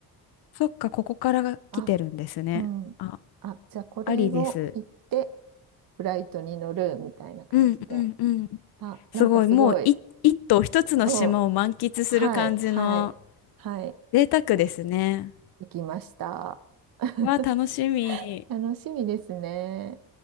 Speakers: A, on the left (about 70°); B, on the right (about 60°).
A: そっか、ここからが来てるんですね。
B: あ、うん。
A: あ、
B: あ、じゃあこれを行って、
A: ありです。
B: フライトに乗るみたいな感じで。
A: うんうんうん。
B: あ、
A: すごい、
B: なんかすごい。
A: もうい一島一つの島を満喫する感じの
B: うん。はい、はい、はい。
A: 贅沢ですね。
B: 行きました。<laughs>
A: わあ、楽しみ。
B: 楽しみですね。